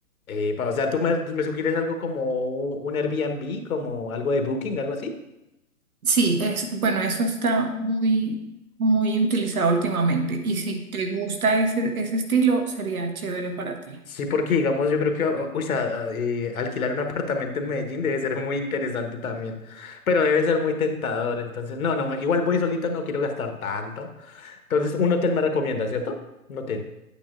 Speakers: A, on the left (about 65°); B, on the right (about 65°).
A: Eh, pa- o sea, ¿tú me, me sugieres algo como un Airbnb, como algo de Booking, algo así?
B: Sí, es bueno, eso está muy muy utilizado últimamente y si te gusta ese ese estilo sería chévere para ti.
A: Sí, porque digamos, yo creo que ah, uy, sa- ah, eh, alquilar un <laughs> apartamento en Medellín debe ser muy interesante también, pero debe ser muy tentador. Entonces, no, no, me- igual voy solito, no quiero gastar tanto. Entonces, un hotel me recomienda, ¿cierto? Un hotel.